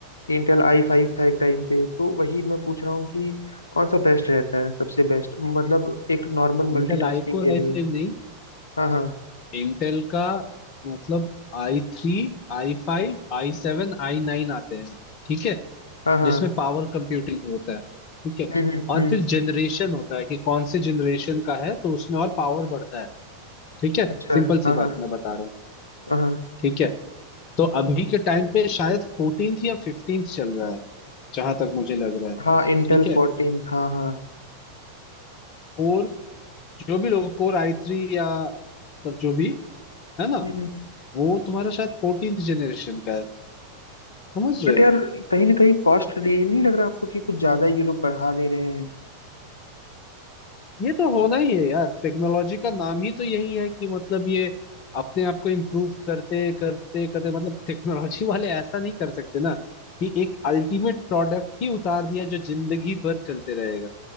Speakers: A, on the left; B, on the left.
A: इंटेल आई फाइव था एक टाइम पे तो वही मैं पूछ रहा हूँ कि कौन सा बेस्ट रहता है सबसे बेस्ट मतलब एक नॉर्मल
B: Intel
A: मल्टीटास्किंग
B: I core
A: के
B: I
A: लिए
B: five नहीं
A: हाँ हाँ
B: इंटेल का मतलब I three I five I seven I nine आते हैं ठीक है
A: हाँ हाँ
B: जिसमें पावर कंप्यूटिंग होता है ठीक है
A: हम्म हम्म
B: और
A: हम्म,
B: फिर जनरेशन होता है कि कौन से जनरेशन का है तो उसमें और पावर बढ़ता है ठीक है
A: अच्छा
B: सिंपल
A: हाँ
B: सी
A: हाँ
B: बात मैं बता रहा हूँ
A: हाँ
B: ठीक है तो अभी के टाइम पे शायद फोर्टीन या फिफ्टीन चल रहा है जहां तक मुझे लग रहा है
A: हाँ इंटेल
B: ठीक है
A: फोर्टीन हाँ हाँ
B: कोर जो भी लोग कोर आई थ्री या मतलब जो भी है ना
A: हम्म
B: वो तुम्हारा शायद फोर्टींथ जनरेशन का है समझ रहे
A: बट
B: हो
A: यार कहीं ना कहीं कॉस्ट लिए नहीं लग रहा आपको कि कुछ ज्यादा ही ये लोग बढ़ा दे रहे हैं
B: ये तो होना ही है यार टेक्नोलॉजी का नाम ही तो यही है कि मतलब ये अपने आप को इम्प्रूव करते करते करते मतलब टेक्नोलॉजी <laughs> वाले ऐसा नहीं कर सकते ना कि एक अल्टीमेट प्रोडक्ट ही उतार दिया जो जिंदगी भर चलते रहेगा